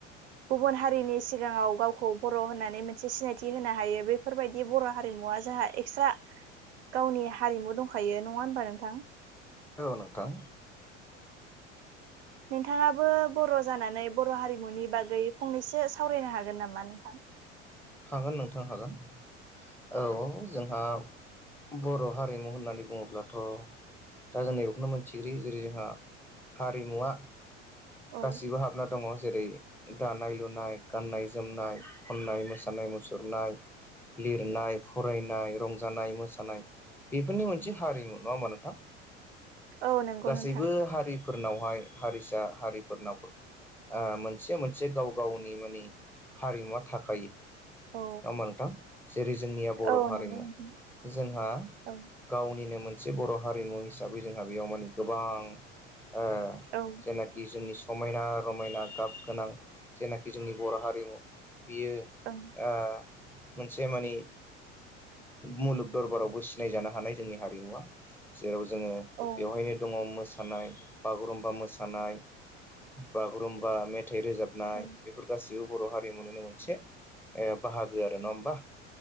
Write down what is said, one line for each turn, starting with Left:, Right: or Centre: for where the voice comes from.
Right: गुबुन हारिनि सिगाङाव गावखौ बर' होननानै मोनसे सिनायथि होनो हायो बे बेफोरबायदि बर' हारिमुवा जोंहा एक्सट्रा गावनि हारिमु दंखायो नङा होनबा नोंथां?
Centre: औ नोंथां
Right: नोंथाङाबो बर' जानानै बर' हारिमुनि बागै फंनैसो सावरायनो हागोन नामा नोंथां?
Centre: हागोन नोंथां हागोन। औ जोंहा बर' हारिमु होननानै बुङोब्लाथ' दा जों नैब बेखौनो मोनथिगो जेरै जोंहा हारिमुवा
Right: औ
Centre: गासिबो हाबना दङ जेरै दानाय लुनाय गान्नाय जोमनाय खन्नाय मोसानाय। सानाय मुसुरनाय लिरनाय फरायनाय रंजानाय मोसानाय बेफोरनि मोनसे हारिमु नङा हबा नोंथां
Right: औ नंगौ
Centre: गासैबो
Right: नोंथां
Centre: हारि फोरनावहाय हारिसा हारिफोरनाव मोनसे मोनसे गाव गावनि माने हारिमुवा थाखायो।
Right: औ
Centre: होमबा नोंथां जेरै जोंनिया बर'
Right: औ
Centre: हारिमु
Right: नंगौ नोंथां
Centre: जोंहा
Right: औ
Centre: गावनिनो मोनसे बर' हारिमु हिसाबै जोंहा बेयाव माने गोबां ओ
Right: औ
Centre: जेनाखि जोंनि समायना रमायना गाब गोनां जेनाखि जोंनि बर' हारिमु बियो
Right: <inaudible>
Centre: ओ मोनसे मानि मुलुग दरबारावबो सिनायजानो हानाय जोंनि हारिमुवा जेराव जोङो
Right: औ
Centre: बेवहायनो दङ मोस बागुरुमबा मोसानाय बागुरुमबा मेथाइ रोजाबनाय
Right: औ
Centre: बेफोर गाससिबो बर' हारिमुनिनो मोनसे ओ बाहागो आरो नङा होमबा?